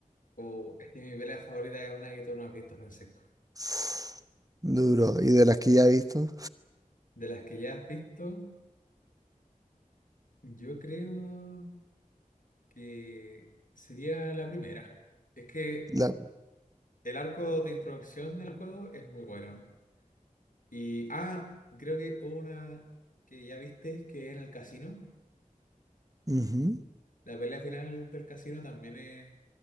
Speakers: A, on the left (about 70°); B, on the right (about 25°).
A: Uh, es que mi pelea favorita es una que tú no has visto, Francisco.
B: <sighs> Duro. ¿Y de las que ya he visto?
A: De las que ya has visto, yo creo que sería la primera. Es que
B: La,
A: el arco de introducción del juego es muy bueno. Y, ah, creo que una que ya viste, que es en el casino.
B: ujú.
A: La pelea final del casino también es,